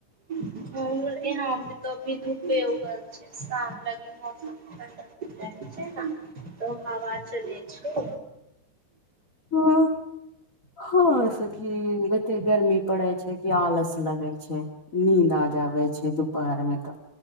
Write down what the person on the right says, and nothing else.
ही यहाँ पर त अभी धूपे उगल छै शाम लाग मौसम ठण्डा जाइ छै ने तऽ हवा चलय छे